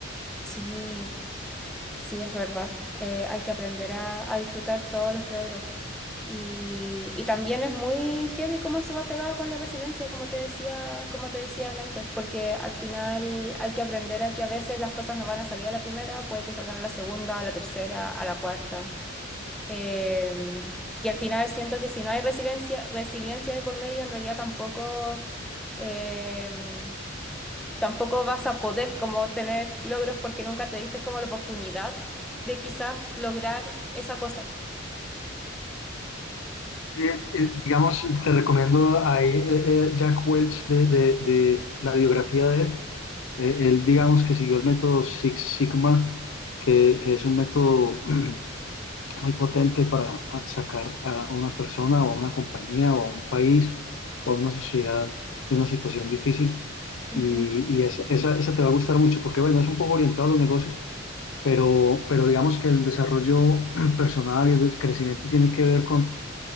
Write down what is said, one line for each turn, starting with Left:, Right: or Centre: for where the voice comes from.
Centre: Sí, sí, es verdad. Eh, hay que aprender a, a disfrutar todos los logros. Y, y también es muy heavy cómo eso va pegado con la resiliencia, como te decía, como te decía antes, porque al final hay que aprender a que a veces las cosas no van a salir a la primera, puede que salgan a la segunda, a la tercera, a la cuarta. Eh, y al final siento que si no hay resiliencia, resiliencia de por medio, en realidad tampoco, eh, tampoco vas a poder como tener logros porque nunca te diste como la oportunidad de quizás lograr esa cosa.
Left: Eh, eh, digamos, te recomiendo ahí eh, eh, Jack Welch de, de- de la biografía de él. eh, él, digamos que siguió el método Six Sigma, que, que es un método <clears throat> muy potente para a- sacar a una persona o a una compañía o a un país o a una sociedad de una situación difícil.
Centre: Ujú,
Left: Y, y esa, esa, esa te va a gustar mucho porque, bueno, es un poco orientado a los negocios, pero, pero digamos que el desarrollo <clears throat> personal y el crecimiento tiene que ver con